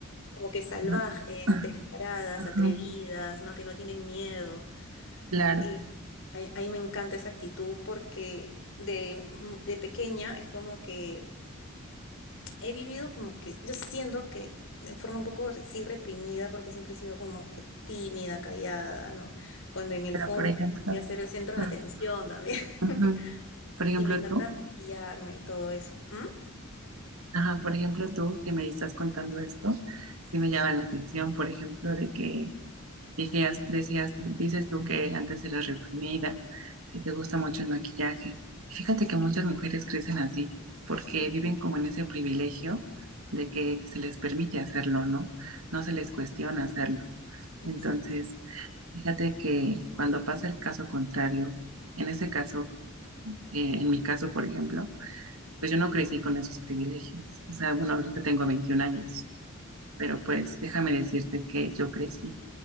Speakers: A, on the left (about 65°); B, on the right (about 85°).
A: Como que salvajes,
B: ¿no? Ah,
A: descaradas,
B: Ajá,
A: atrevidas, ¿no? Que no tienen miedo.
B: claro,
A: Y a, a mí me encanta esa actitud porque de, de pequeña es como que he vivido como que, yo siento que de forma un poco re- sí reprimida, porque siempre he sido como que tímida, callada, ¿no? Cuando en el
B: pero
A: fondo
B: por ejemplo,
A: yo quería ser el centro
B: ah,
A: de atención también.
B: ajá,
A: <laughs>
B: por ejemplo
A: Y me encantaba
B: tú,
A: maquillarme y todo eso. ¿Mm?
B: ajá, por ejemplo tú que me estás contando esto, sí me llama la atención, por ejemplo, de que Decías, decías tú, dices tú que antes eras reprimida, que te gusta mucho el maquillaje. Y fíjate que muchas mujeres crecen así, porque
A: Ujú.
B: viven como en ese privilegio de que se les permite hacerlo, ¿no? No se les cuestiona
A: Ya,
B: hacerlo.
A: Exacto.
B: Entonces, fíjate que cuando pasa el caso contrario, en ese caso, eh, en mi caso, por ejemplo, pues yo no crecí con esos privilegios. O sea, bueno, ahorita tengo 21 años, pero pues déjame decirte que yo crecí